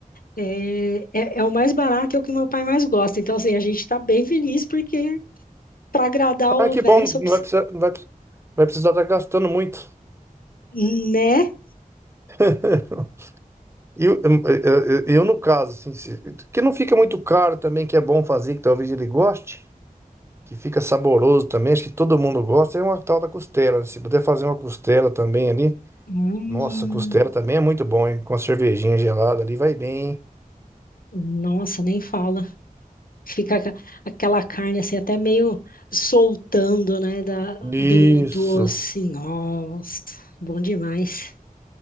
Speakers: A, on the left; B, on the right.
A: É, é, é o mais barato, é o que meu pai mais gosta. Então, assim, a gente está bem feliz porque para agradar o
B: Ah, que
A: velho
B: bom,
A: só
B: não vai precisar, não vai, vai precisar estar gastando muito.
A: Né?
B: <laughs> Eu, eu, eu- eu, no caso, assim, se- que não fica muito caro também, que é bom fazer, que talvez ele goste, que fica saboroso também, acho que todo mundo gosta, é uma tal da costela. né? Se puder fazer uma costela também ali,
A: Hum,
B: nossa, costela também é muito bom, hein? Com a cervejinha gelada ali, vai bem, hein?
A: nossa, nem fala. Fica aca- aquela carne assim, até meio soltando, né? Da,
B: Isso.
A: do do osso Nossa, bom demais.